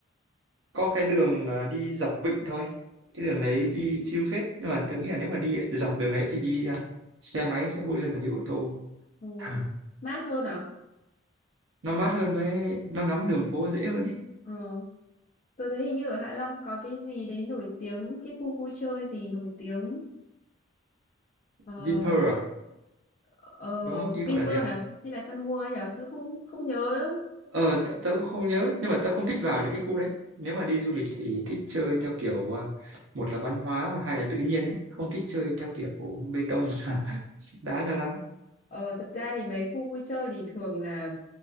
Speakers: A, on the right; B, on the left.
A: có cái đường à, đi dọc vịnh thôi cái đường đấy đi chill phết nhưng mà tôi nghĩ là nếu mà đi dọc đường đấy thì đi à, xe máy sẽ vui hơn là đi ô tô
B: Ừ,
A: <laughs>
B: mát hơn à?
A: nó mát hơn với nó ngắm đường phố dễ hơn ý
B: Ờ, tớ thấy hình như ở Hạ Long có cái gì đấy nổi tiếng, cái khu vui chơi gì nổi tiếng. Ờ,
A: Vinpearl à?
B: ờ,
A: đúng không ý
B: Vinpearl
A: cậu là thế à
B: à? Hay là Sun World ấy nhở? Tớ không không nhớ nữa.
A: Ờ, tớ, tớ cũng không nhớ nhưng mà tớ không thích vào những cái khu đấy. Nếu mà đi du lịch thì thích chơi theo kiểu à, một là văn hóa mà hai là tự nhiên ấy, không thích chơi theo kiểu bê tông <laughs> sét đá cho lắm.
B: Ờ, thật ra thì mấy khu vui chơi thì thường là